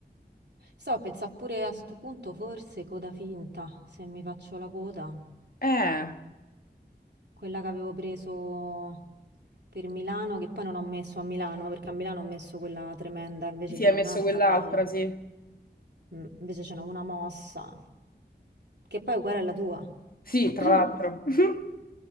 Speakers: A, on the right; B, on the left.
A: Stavo a pensare pure a sto punto, forse coda finta, se mi faccio la coda.
B: Eh,
A: Quella che avevo preso per Milano, che poi non ho messo a Milano, perché a Milano ho messo quella tremenda, invece
B: sì,
A: ce
B: hai
A: n'ho
B: messo
A: un'altra
B: quell'altra,
A: meglio.
B: sì.
A: Mm, Invece c'è una mossa, che poi è uguale alla tua.
B: Sì,
A: <clears throat>
B: tra l'altro. <laughs>